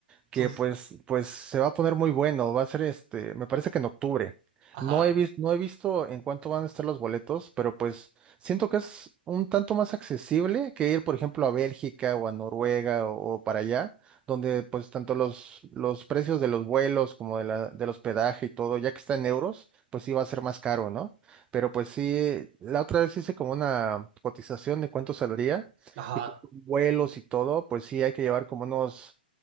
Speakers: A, on the right; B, on the right.
A: que
B: Puf,
A: pues, pues se va a poner muy bueno. Va a ser este, me parece que en octubre.
B: ajá,
A: No he visto, no he visto en cuánto van a estar los boletos, pero pues siento que es un tanto más accesible que ir, por ejemplo, a Bélgica o a Noruega o, o para allá, donde pues tanto los, los precios de los vuelos como de la, del hospedaje y todo, ya que está en euros pues sí va a ser más caro, ¿no? Pero pues sí, la otra vez hice como una cotización de cuánto saldría
B: ajá.
A: y pues, con vuelos y todo, pues sí hay que llevar como unos